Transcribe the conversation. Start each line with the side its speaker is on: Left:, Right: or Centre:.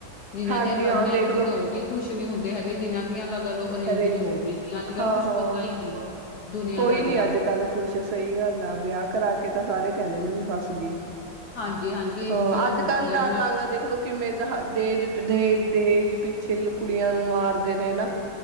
Left: ਜਿਨਾਂ
Right: ਹਾਂਜੀ
Left: ਦੀਆਂ ਲਵ
Right: ਹਾਂ
Left: ਮੈਰਿਜ
Right: ਦੇਖਲੋ
Left: ਨੇ ਉਹ ਵੀ ਕੁਛ ਨੀ ਹੁੰਦੇ ਹੈਗੇ ਜਿਨ੍ਹਾਂ ਦੀਆਂ ਗੱਲ ਉਹ ਅਰੇਂਜ
Right: ਰੇਂਜ
Left: ਨੀ ਹੋਵੇ ਨੀ, ਅੱਜ-ਕੱਲ
Right: ਹਾਂ
Left: ਕੁਛ
Right: ਹਾਂ
Left: ਪਤਾ ਹੀ ਨੀ ਦੁਨੀਆਂ
Right: ਕੋਈ
Left: ਦਾਰੀ
Right: ਨੀ
Left: ਦਾ।
Right: ਅੱਜ ਕੱਲ੍ਹ ਖੁਸ਼, ਸਹੀ ਗੱਲ ਆ ਵਿਆਹ ਕਰਾ ਕੇ ਤਾਂ ਸਾਰੇ ਕਹਿੰਦੇ ਨੇ ਵੀ ਫਸ ਗਏ।
Left: ਹਾਂਜੀ-ਹਾਂਜੀ ਇਹੀ
Right: ਹਾਂ
Left: ਚੀਜ਼
Right: ਅੱਜ-ਕੱਲ
Left: ਹੁੰਦੀ ਆ
Right: ਡਰ
Left: ਵੀ
Right: ਲੱਗਦਾ, ਦੇਖਲੋ ਕਿਵੇਂ ਦ ਦਾਜ ਦਜ ਦੇਜ ਪਿੱਛੇ ਕੁੜੀਆਂ ਨੂੰ ਮਾਰਦੇ ਨੇ ਨਾ